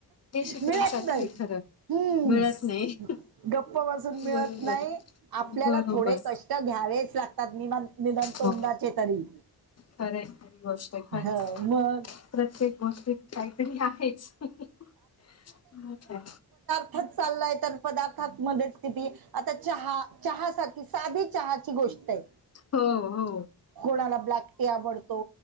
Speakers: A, on the left; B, on the right.
A: हे शिकण्यासारखंय
B: मिळत नाही
A: खरं
B: हम्म
A: मिळत नाही
B: गप्प बसून मिळत
A: बरोबर
B: नाही
A: आहे.
B: आपल्याला
A: बरोबर
B: थोडे कष् ष्ट घ्यावेच लागतात निमान निदान तोंडाचे
A: हो
B: तरी
A: खरंय खरी गोष्ट आहे खरीच
B: हो
A: आहे.
B: मग
A: प्रत्येक गोष्टीत काहीतरी आहेच मग काय
B: <unintelligible> चालाय तर पदार्थात मध्येच किती आता चहा चहा सारखी साधी चहाची गोष्टय
A: हो हो
B: कोणाला ब्लॅक टी आवडतो